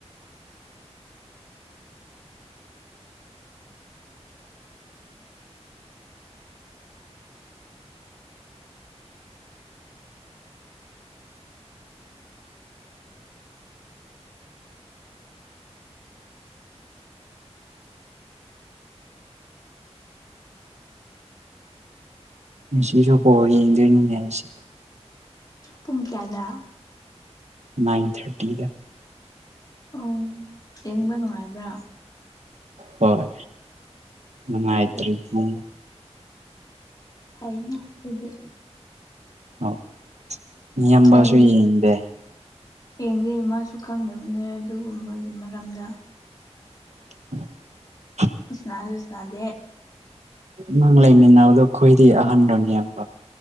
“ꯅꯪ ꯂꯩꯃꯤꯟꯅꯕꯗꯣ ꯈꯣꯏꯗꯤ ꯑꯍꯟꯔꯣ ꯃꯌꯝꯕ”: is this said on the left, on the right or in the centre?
Right